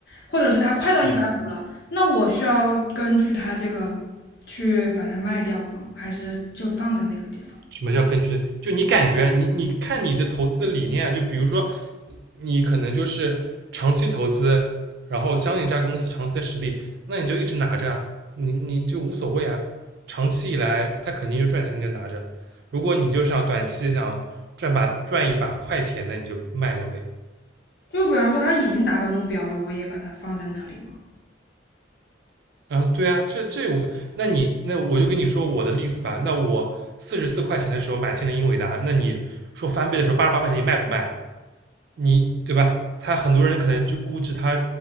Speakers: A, on the left; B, on the right.
A: 或者是它快到一百五了，
B: 嗯，
A: 那我需要根据它这个去把它卖掉吗？还是就放在那个地方？
B: 什么叫根据？就你感觉，你你看你的投资的理念啊，就比如说你可能就是长期投资，然后相信这家公司长期的实力，那你就一直拿着啊，你你就无所谓啊。长期以来，它肯定就赚钱，那就拿着。如果你就是要短期想赚把赚一把快钱，那你就卖掉呗。
A: 就比方说它已经达到目标了，我也把它放在那里吗？
B: 啊，对啊，这这无所谓。那你那我就跟你说我的例子吧。那我四十四块钱的时候买进了英伟达，那你说翻倍的时候八十八块钱，你卖不卖？你对吧？他很多人可能就估值他